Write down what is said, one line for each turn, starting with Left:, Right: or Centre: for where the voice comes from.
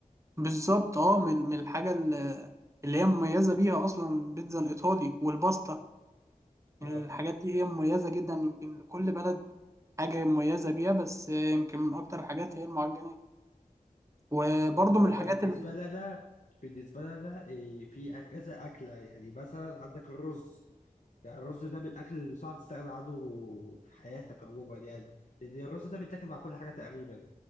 Right: بالظبط أه من من الحاجة اللي اللي هي مميزة بيها أصلا البيتزا الإيطالي والباستا
Left: اه
Right: الحاجات دي هي مميزة جدا يمكن لكل بلد حاجة مميزة بيها بس يمكن من أكتر الحاجات هي المعجنات وبرضه
Left: بص انا
Right: من الحاجات
Left: بالنسبه
Right: ال...
Left: لي انا بالنسبه لي انا إيه في كذا اكله يعني مثلا عندك الرز يعني الرز ده من الاكل اللي صعب تستغنى عنه في حياتك عموما يعني لان الرز ده بيتاكل مع كل حاجه تقريبا